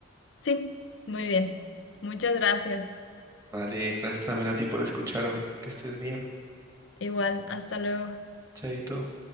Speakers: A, on the left (about 60°); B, on the right (about 15°).
A: Sí, muy bien. Muchas gracias.
B: Vale, gracias también a ti por escucharme. Que estés bien.
A: Igual, hasta luego.
B: Chaito.